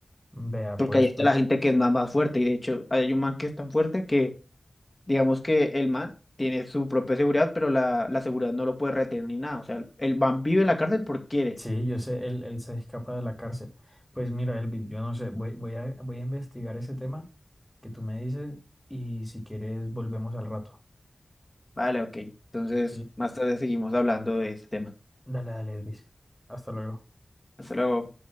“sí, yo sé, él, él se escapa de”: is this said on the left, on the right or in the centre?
Centre